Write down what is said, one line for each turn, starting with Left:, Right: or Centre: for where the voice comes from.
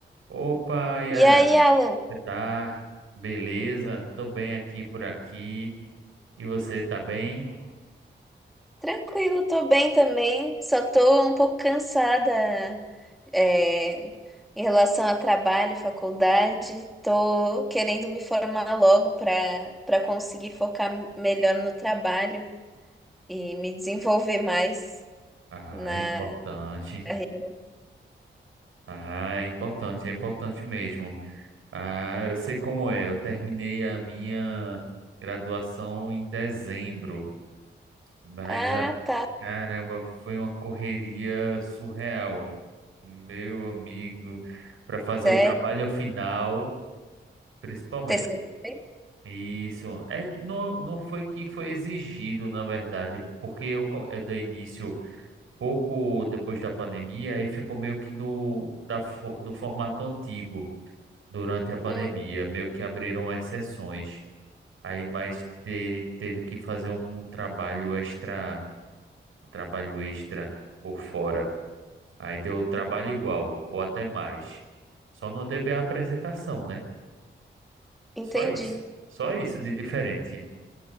Right: Opa, Yara,
Centre: E aí,
Right: como
Centre: Alan?
Right: você tá? Beleza? Tô bem aqui por aqui. E você tá bem?
Centre: Tranquilo, tô bem também. Só tô um pouco cansada, é, em relação a trabalho, faculdade. Tô querendo me formar logo para para conseguir focar melhor no trabalho e me desenvolver mais
Right: Ah,
Centre: na
Right: é importante.
Centre: carreira.
Right: Ah, é importante, é importante mesmo. Ah, eu sei como é. Eu terminei a minha graduação em dezembro, mas
Centre: Ah,
Right: a
Centre: tá.
Right: caramba, foi uma correria surreal. Meu amigo, para fazer
Centre: Sério?
Right: o trabalho final, principalmente.
Centre: TCC?
Right: Isso. É, não, não foi que foi exigido, na verdade, porque eu, co- eu dei início pouco depois da pandemia e ficou meio que do, da, fo- do formato antigo durante a pandemia,
Centre: Hum,
Right: meio que abriram exceções. Aí, mas teve, teve que fazer um trabalho extra, um trabalho extra por fora. Aí deu trabalho igual, ou até mais. Só não teve a apresentação, né?
Centre: entendi.
Right: Só isso. Só isso de diferente.